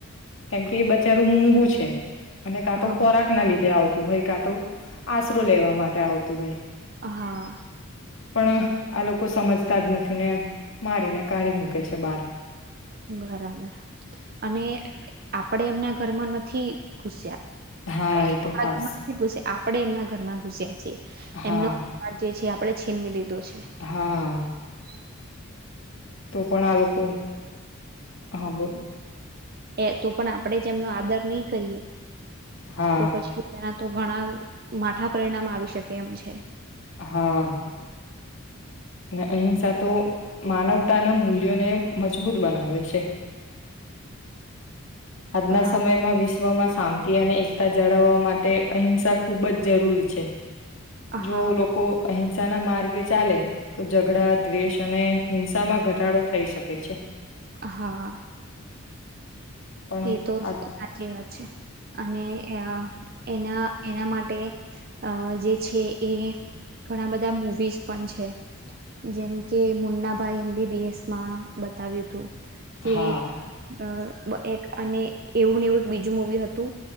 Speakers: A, on the left; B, on the right.
A: કેમ કે એ બચારું મૂઘું છે અને કાં તો
B: હા
A: ખોરાક ના લીધે આવતો હુવાઇ કા તો આશરો લેવા માટે આવતું હોય
B: હા
A: પણ આ લોકો સમજતા જ નથી ને મારીને કાઢી મૂકે છે બાર
B: બરાબર અને આપડે એમના ઘરમાં નથી ઘુસ્યા
A: હા એ
B: આપણા
A: તો ખાસ
B: ઘરમાં નથી ઘુસ્યા આપણે એમના ઘરમાં ઘુસ્યા
A: હા
B: એમનો માટે છે આપણે છીનવી લીધું છે છે
A: હા તો પણ આ લોકો હા બોલ
B: એ તો પણ આપણેે જેમનો આદર નહી કરીએ
A: હા
B: તો પછી ત તો ઘણા માઠા પરિણામ આવી શકે એમ છે
A: હા અ અહિંસા તો માનવતાના મૂલ્યોને મજબૂત બનાવે છે આજના
B: હા
A: સમયમાં વિશ્વા વિશ્વમાં શાંતિ અને એકતા જાળવવા માટે અહિંસા ખૂબ જ જરૂરી છે જો
B: હા
A: લોકો અહિંસા હિંસા ના માર્ગે ચાલે તો ઝઘડા દ્વેષ અને હિંસા માં ઘટાડો થઈ શકે છે
B: હા
A: પણ
B: એ તો
A: આ
B: સાચી વાત છે અને અ એના એના માટે જે છે એ ઘણા બધા મુવીઝ પણ છે જેમ કે મુન્નાભાઈ એમ બીબીએસ માં બતાવ્યું હતું કે
A: હા
B: અ બ એક અને એવું ને એવું એક બીજું મુવી હતું